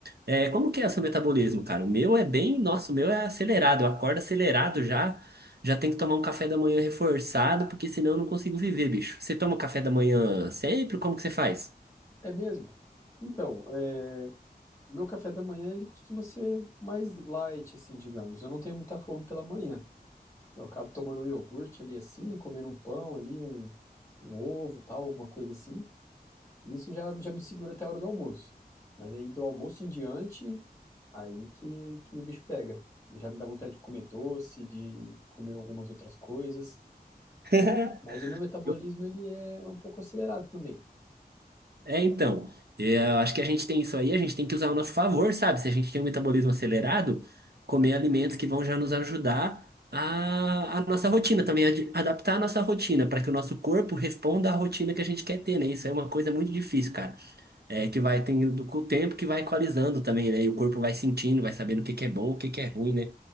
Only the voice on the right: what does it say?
É, como que é o seu metabolismo, cara? O meu é bem, nossa, o meu é acelerado, eu acordo acelerado já, já tem que tomar um café da manhã reforçado, porque senão eu não consigo viver, bicho. Você toma café da manhã sempre? Como que você faz?
<laughs>
Eu-
É, então, é, eu acho que a gente tem isso aí, a gente tem que usar ao nosso favor, sabe? Se a gente tem um metabolismo acelerado, comer alimentos que vão já nos ajudar a, a nossa rotina também, a adaptar a nossa rotina, para que o nosso corpo responda à rotina que a gente quer ter, né? Isso é uma coisa muito difícil, cara. É que vai tendo com o tempo que vai equalizando também, né? E o corpo vai sentindo, vai sabendo o que que é bom, o que que é ruim, né?